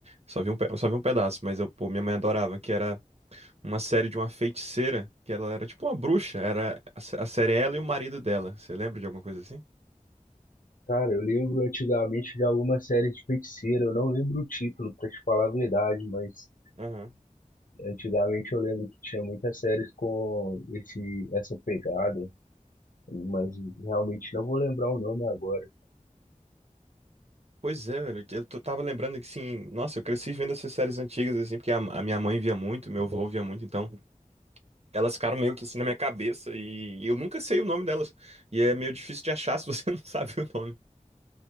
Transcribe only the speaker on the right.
Só vi um, pe- eu só vi um pedaço, mas eu, pô, minha mãe adorava, que era. uma série de uma feiticeira, que ela era tipo uma bruxa, era a sé- a série é ela e o marido dela. Você lembra de alguma coisa assim?
Aham.
Pois é, velho, eu tô- tava lembrando que assim, nossa, eu cresci vendo essas séries antigas assim, porque a, a minha mãe via muito, meu avô via muito, então elas ficaram meio que assim na minha cabeça e, e eu nunca sei o nome delas. E é meio difícil de achar se você <laughs> não sabe o nome.